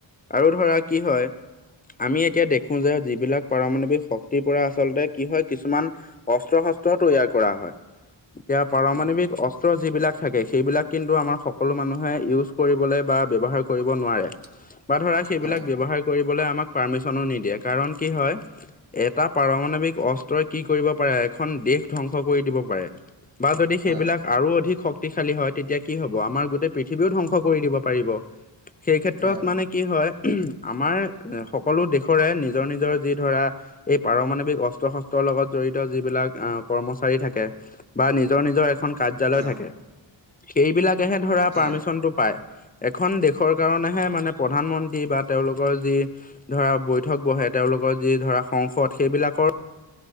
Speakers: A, on the left; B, on the right.
A: আৰু ধৰা কি হয় আমি এতিয়া দেখো যে যিবিলাক পাৰমাৱিক, শক্তিৰ পৰা আচলতে কি হয় কিছুমান অস্ত্ৰ শস্ত্ৰ তৈয়াৰ কৰা হয়। এতিয়া পাৰমাণৱিক
B: অ
A: অচ অস্ত্ৰ যিবিলাক থাকে সেইবিলাক কিন্তু আমাৰ সকলো মানুহে ইউজ কৰিবলৈ বা ব্যৱহাৰ কৰিব নোৱাৰে।
B: <unintelligible>
A: বা ধৰা সেইবিলাক
B: হয়
A: ব্যৱহাৰ কৰিবলৈ আমাক পাৰ্মিচনো নিদিয়ে কাৰণ কি হয়, এটা পাৰমাণৱিক অস্ত্ৰই কি কৰিব পাৰে এখন দেশ ধ্বংস কৰি দিব পাৰে। বা যদি
B: হয়
A: সেইবিলাক- আৰু অধিক শক্তিশালী হয় তেতিয়া কি হ'ব, আমাৰ গোটেই পৃথিৱীও ধ্বংস কৰি দিব পাৰিব। সেই ক্ষেত্ৰত
B: হয়
A: মানে কি হয়, আমাৰ সকলো দেশৰে নিজৰ নিজৰ যি ধৰা- এই পাৰমাণৱিক অস্ত্ৰ শস্ত্ৰৰ লগত জড়িত যিবিলাক কৰ্মচাৰী থাকে- বা নিজৰ নিজৰ এখন কাৰ্যালয়
B: অ
A: থাকে। সেইবিলাকেহে ধৰা
B: হয়
A: পাৰ্মিশনটো পায়। এখন দেশৰ কাৰণেহে মানে প্ৰধানমন্ত্ৰী বা তেওঁলোকৰ যি- ধৰা বৈঠক বহে তেওঁলোকৰ যি ধৰা সংসদ সেইবিলাকৰ-